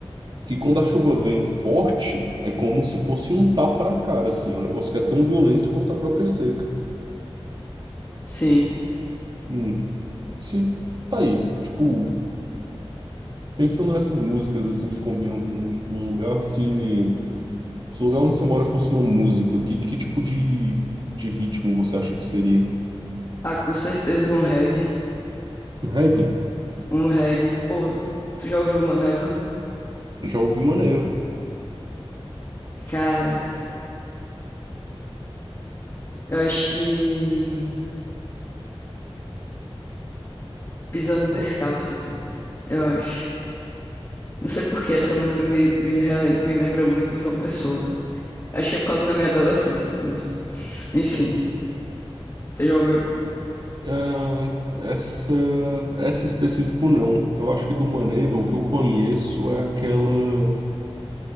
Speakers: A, on the right; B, on the left.
A: que quando a chuva vem forte, é como se fosse um tapa na cara, assim, é um negócio que é tão violento quanto a própria seca.
B: sim.
A: Hum, se tá aí, tipo. Pensando nessas músicas assim que combinam com, com um lugar, se, se o lugar onde você mora fosse uma música, que, que tipo de, de ritmo você acha que seria?
B: Ah, com certeza um reggae.
A: Um reggae?
B: Um reggae. Pô, tu já ouviu Maneva?
A: Já ouvi uma neva.
B: Cara, eu acho que Pisando
A: Ó,
B: Descalço, velho. Eu acho. Não sei por que essa música me, me, rele- me lembra muito João Pessoa. Acho que é por causa da minha adolescência também. Enfim,
A: entendo.
B: você já ouviu?
A: Ah, essa, essa específico não. Eu acho que do Maneva, o que eu conheço é aquela